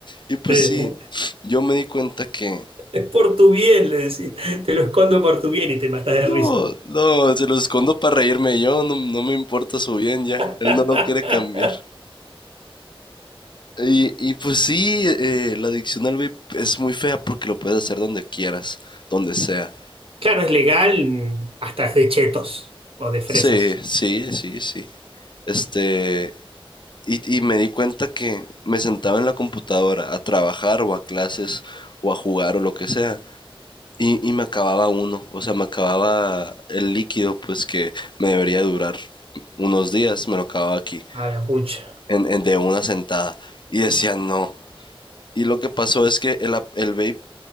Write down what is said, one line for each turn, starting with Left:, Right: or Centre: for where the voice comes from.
Left: Y pues
Right: Eh,
Left: sí, yo me di cuenta que
Right: Es por tu bien, le decís. Te lo escondo por tu bien y te matas de
Left: no,
Right: risa.
Left: no, se lo escondo para reírme yo, no, no me importa su bien ya,
Right: <laughs>
Left: él no lo quiere cambiar. Y, y pues sí, eh, la adicción al vape es muy fea porque lo puedes hacer donde quieras, donde sea.
Right: Claro, es legal hasta de chetos o de fresas.
Left: Sí, sí, sí, sí. Este, y, y me di cuenta que me sentaba en la computadora a trabajar o a clases o a jugar o lo que sea. Y, y me acababa uno, o sea, me acababa el líquido, pues que me debería durar unos días, me lo acababa aquí,
Right: A la pucha.
Left: en, en- de una sentada. Y decía no. Y lo que pasó es que el, ap- el vape